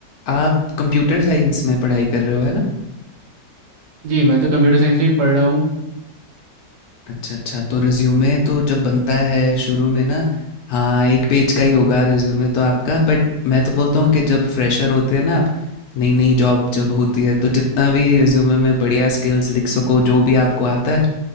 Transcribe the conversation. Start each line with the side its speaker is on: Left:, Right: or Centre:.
Left: आप कंप्यूटर साइंस में पढ़ाई कर रहे हो है ना
Right: जी मैं तो कंप्यूटर साइंस में ही पढ़ रहा हूँ
Left: अच्छा अच्छा तो रिज्यूमे तो जब बनता है शुरू में ना हाँ एक पेज का ही होगा रिज्यूमे तो आपका बट मैं तो बोलता हूँ कि जब फ्रेशर होते हैं ना आप नई नई जॉब जब होती है तो जितना भी रिज्यूमे में बढ़िया स्किल्स लिख सको जो भी आपको आता है